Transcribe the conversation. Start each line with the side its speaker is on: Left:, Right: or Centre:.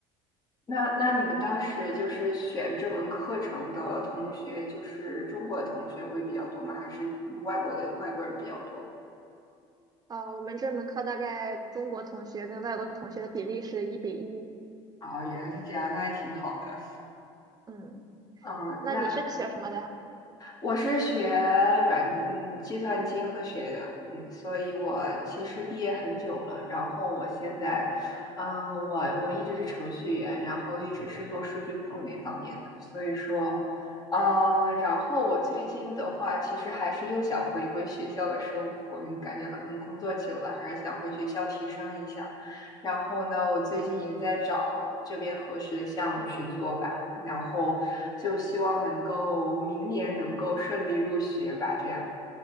Left: 那那你们当时就是选这门课程的同学，就是中国的同学会比较多吗？还是外国的外国人比较多？
Right: 啊，我们这门课大概中国同学跟外国同学的比例是一比一。
Left: 啊，原来是这样，那还挺好的。
Right: 嗯，
Left: 嗯，
Right: 那你是学什么的呀？
Left: 那我是学软嗯，计算机科学的，嗯，所以我其实毕业很久了。然后我现在，嗯，我我一直是程序员，然后一直是做数据库那方面的。所以说，嗯，然后我最近的话，其实还是又想回归学校的生活，因为感觉可能工作久了，还是想回学校提升一下。然后呢，我最近也在找这边合适的项目去做吧，然后就希望能够明年能够顺利入学吧，这样。